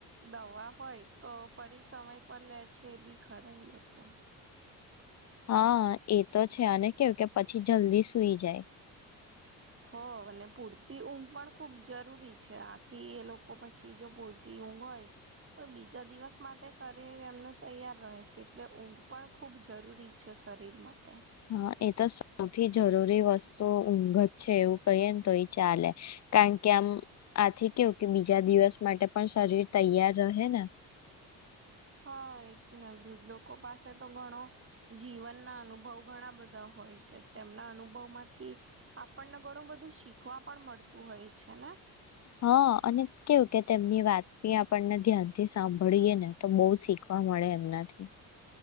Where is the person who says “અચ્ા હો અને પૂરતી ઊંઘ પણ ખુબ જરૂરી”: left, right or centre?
Right